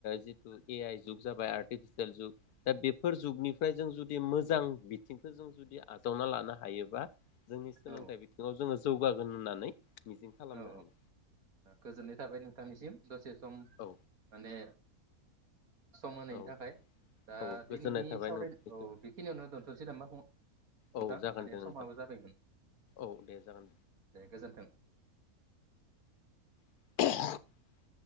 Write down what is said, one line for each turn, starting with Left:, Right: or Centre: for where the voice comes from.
Left: जिथु ए आइ जुग जाबाय आर्टिफिसियेल जुग दा बेफोर जुगनिफ्राय जों जुदि मोजां बिथिंखौ जों जुदि आजावना लानो हायोबा जोंनि सोलोंथाइ
Right: औ
Left: बिथिङाव जोङो जौगागोन होननानै मिजिं खालामनो
Right: औ
Left: हायो
Right: गोजोननाय थाबाय नोंथांनिसिम दसे सम माने
Left: औ
Right: सम होनायनि
Left: औ
Right: थाखाय दा
Left: औ गोजोननाय
Right: दिनैनि
Left: थाबाय
Right: सावरायनाय
Left: नोंथांनिसिम
Right: औ बेखिनियावनो दोनथ'सै ना मा फुङ नोंथां
Left: औ जागोन
Right: माने
Left: दे नोंथां
Right: समाबो जाबायमोन
Left: औ दे जागोन दे
Right: दे गोजोन्थों <inaudible>
Left: <unintelligible>